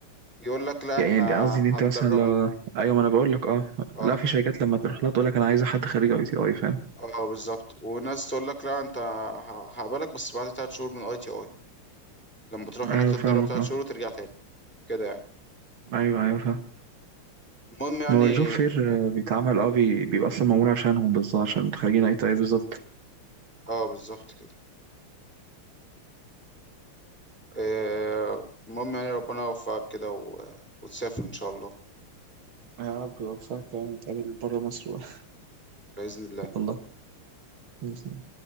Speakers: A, in the centre; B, on the right.
A: يقول لك لا
B: يعني
A: احنا
B: يعني قصدي ان
A: هندربك
B: انت مثلا لو ايوه ما انا بقول لك اه
A: اه
B: لا في شركات لما تروح لها تقول لك انا عايزه حد خريج اي تي اي فاهم
A: اه بالظبط وناس تقول لك لا انت ه- هقبلك بس بعد تلات شهور من اي تي اي لما تروح هناك
B: ايوه
A: تتدرب
B: فاهمك
A: تلات
B: اه
A: شهور وترجع تاني كده يعني
B: ايوه ايوه فاهم
A: المهم يعني
B: ما هو الجوب فير آه، بيتعمل اه بي- بيبقى اصلا معمول عشانهم بالظبط عشان خريجين اي تي اي بالظبط
A: اه بالظبط كده آه، المهم يعني ربنا يوفقك كده و... وتسافر ان شاء الله
B: يا رب يوفقك يعني نتقابل بره مصر بقى
A: بإذن الله
B: <laughs> والله بإذن الله